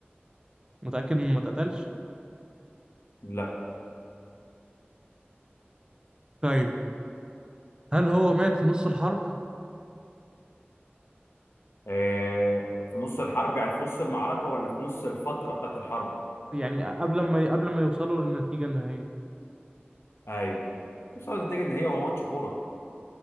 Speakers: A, on the right (about 20°); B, on the left (about 85°).
A: متأكد انه ما اتقتلش
B: لا
A: طيب هل هو مات في نص الحرب؟
B: آه في نص الحرب يعني في نص المعركة ولا في نص الفترة بتاعت الحرب
A: يعني قبل ما قبل ما يوصلوا للنتيجة النهائية
B: ايوه وصلت النتيجة ان هي هو ماتش كورة